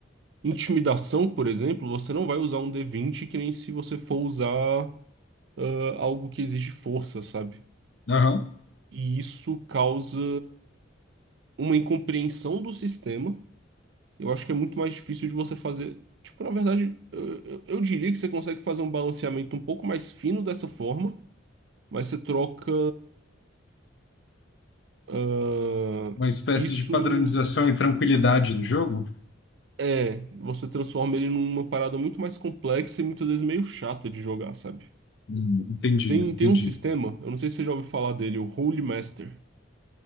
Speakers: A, on the right; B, on the left.
A: intimidação, por exemplo, você não vai usar um d vinte que nem se você for usar ah, algo que exige força, sabe?
B: Aham.
A: E isso causa uma incompreensão do sistema Eu acho que é muito mais difícil de você fazer. Tipo, na verdade, eu, eu- eu diria que você consegue fazer um balanceamento um pouco mais fino dessa forma, mas você troca ah,
B: Uma espécie
A: isso
B: de padronização
A: em.
B: e tranquilidade do jogo?
A: É, você transforma ele numa parada muito mais complexa e muitas vezes meio chata de jogar, sabe?
B: Hum, Entendi,
A: Tem,
B: entendi.
A: tem um sistema, eu não sei se você já ouviu falar dele, o Holy Master.